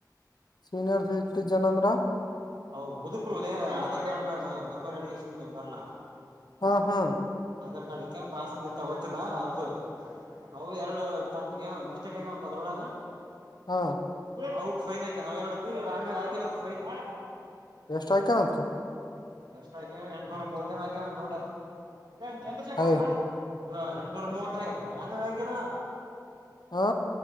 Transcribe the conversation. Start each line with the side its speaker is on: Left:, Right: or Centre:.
Left: ಸೀನಿಯರ್ ಸಿಟಿಜನ್ ಅಂದ್ರ
Right: ಹ ಮುದುಕರುದೇ ಕಾರ್ಡ್ ಮ ನಂಬರ್ ಎಡನ್ ಬಾರ್ <unintelligible>
Left: ಹಾ ಹಾ
Right: ನಡಿಕ ಪಸ್ ತಗೋತಿಿಲ್ಲಾ ಅದು ಹ ಎರಡು ತಕ್ ಏನ ಮಿಸ್ಟೇಕ್ ಆಗ ಅಂತು ಅದ್ರೊಳಗ
Left: ಹಾ
Right: ಹ ಫೈನ್ ಆಾಕ್ಯನಾವರಡ ಆಮೇಲೆ ಹಾಕರಂತ ಫೈನ್
Left: ಎಷ್ಟ ಆಕ್ಯರಂತ
Right: ಎಷ್ಟ ಆ ಎಂಟನೂರ ಮೂವತ್ತ ಹಾಕ್ಯಾರ ಟೋಟಲ್ ಎ <unintelligible> ಎಂಟನೂರ
Left: ಹಯ್
Right: ಮೂವ ಆಯತದ
Left: ಹಾ